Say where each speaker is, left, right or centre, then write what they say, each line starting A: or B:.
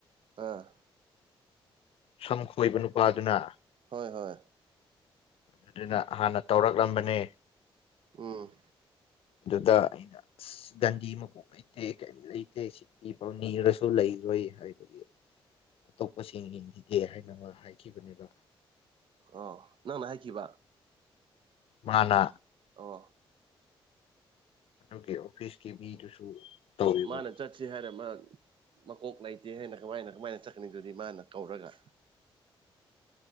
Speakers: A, on the right; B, on the left.
A: ꯑꯥ
B: ꯁꯝ ꯈꯣꯏꯕ ꯅꯨꯄꯥꯗꯨꯅ
A: ꯍꯣꯏ ꯍꯣꯏ
B: ꯑꯗꯨꯅ ꯍꯥꯟꯅ ꯇꯧꯔꯛꯂꯝꯕꯅꯦ
A: ꯎꯝ
B: ꯑꯗꯨꯗ ꯑꯩꯅ ꯒꯥꯟꯙꯤ ꯃꯀꯣꯛ ꯂꯩꯇꯦ ꯀꯩꯝ ꯂꯩꯇꯦ ꯁꯤꯀꯤ ꯐꯥꯎ ꯅꯤꯔꯁꯨ ꯂꯩꯔꯣꯏ ꯍꯥꯏꯕꯒꯤ ꯑꯇꯣꯞꯄꯁꯤꯡ ꯌꯦꯡꯈꯤꯒꯦ ꯍꯥꯏꯅ ꯃ ꯍꯥꯏꯈꯤꯕꯅꯦꯕ
A: ꯑꯣ ꯅꯪꯅ ꯍꯥꯏꯈꯤꯕ
B: ꯃꯥꯅ
A: ꯑꯣ
B: ꯅꯣꯏꯒꯤ ꯑꯣꯐꯤꯁꯀꯤ ꯃꯤꯗꯨꯁꯨ ꯇꯧꯋꯦꯕ
A: ꯃꯥꯅ ꯆꯠꯆꯤ ꯍꯥꯏꯔꯝꯃ ꯃꯀꯣꯛ ꯂꯩꯇꯦ ꯍꯥꯏꯅ ꯀꯃꯥꯏꯅ ꯀꯃꯥꯏꯅ ꯆꯠꯀꯅꯤꯗꯨꯗꯤ ꯃꯥꯅ ꯀꯧꯔꯒ